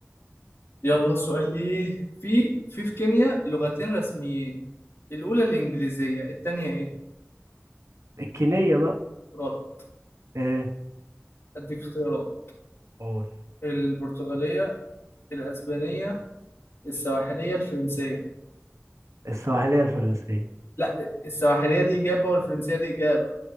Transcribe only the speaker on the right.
الكينية بقى
ايه
قول
السواحلية الفرنسية